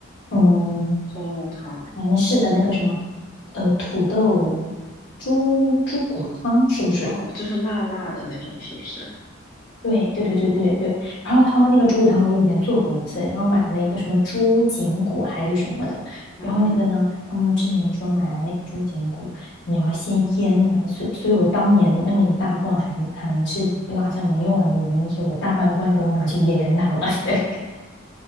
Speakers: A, on the left; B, on the left.
A: 嗯，
B: 小乌龙汤
A: 韩式的那个什么，呃，土豆猪猪骨汤是不是？
B: 哦，就是辣辣的那种，是不是？
A: 对对对对对对，然后他们那个猪骨汤我以前做过一次，然后买了一个什么猪颈骨还是什么的，
B: 嗯嗯
A: 然后那个呢，他们之前说买来那个猪颈骨，你要先腌它，所以所以我当年那么一大罐还韩是辣酱能用完的原因是我大半罐都拿去腌它了，<laughs>